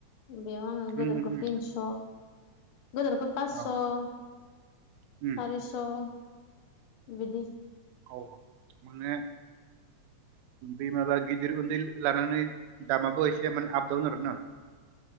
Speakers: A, on the left; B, on the right.
A: बेयाव आङो
B: उम
A: गोदोरखौ
B: उम उम,
A: थिन्स' गोदोरखौ पासस'
B: औ उम
A: सारिस'। बिदि
B: औ माने बे माबा गिदिर उन्दै लानानै दामाबो एसे माने आप डाउन आरो ना